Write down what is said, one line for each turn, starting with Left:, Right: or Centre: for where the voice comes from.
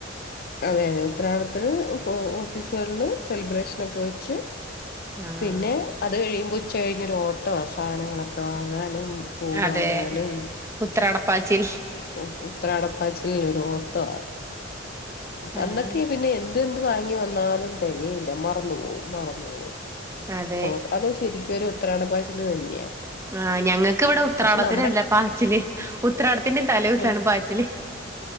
Left: അതെ അതെ ഉത്രാടത്തിന് ഏഹ് ഓഫീസുകളില് സെലിബ്രേഷനൊക്കെ വെച്ച്
Right: ആഹ്
Left: പിന്നെ അത് കഴിയുമ്പോ ഉച്ച കഴിഞ്ഞൊരു ഓട്ടവാ സാധനങ്ങളൊക്കെ വാങ്ങാനും പൂ
Right: അതെ
Left: വാങ്ങാനും
Right: ഉത്രാടപ്പാച്ചിൽ
Left: ഉം ഉം ഉത്രാടപ്പാച്ച്ലിൽ ഒരു ഓട്ടവാ
Right: ആഹ്
Left: അന്നൊക്കെ പിന്നെ എ ന്തെന്ത് വാങ്ങി വന്നാലും തികയില്ല മറന്നു പോവും മറന്നു പോവും
Right: അതെ
Left: പോട്ട അത് ശരിക്കും ഒരു ഉത്രാടപ്പാച്ചില് തന്നെയാ
Right: ആഹ് ഞങ്ങക്ക് ഇവടെ ഉത്രാടത്തിനല്ല
Left: പക്ഷെ നമ്മുടെ
Right: പാച്ചില് ഉത്രാടത്തിന്റെ തലേ ദൂസാണ്
Left: ആ ഉം
Right: പാച്ചില്